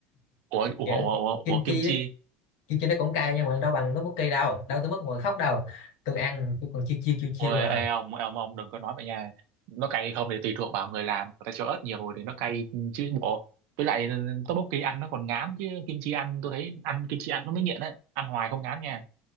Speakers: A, on the right; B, on the left.
A: ủa ủa
B: kiểu
A: ủa ủa,
B: kim
A: ủa
B: chi
A: kim
B: đấy
A: chi
B: kim chi nó cũng cay nhưng mà đâu bằng tteokbokki đâu đâu tới mức ngồi khóc đâu tôi ăn tôi còn chiêu chiêu chiêu chiêu
A: ủa, ê,
B: mà
A: ông ông ông đừng có nói vậy nha nó cay không thì tùy thuộc vào người làm người ta cho ớt nhiều thì nó cay chứ bộ với lại tteokbokki ăn nó còn ngán chứ kim chi ăn tôi thấy ăn kim chi ăn nó mới nghiện đấy ăn hoài không ngán nha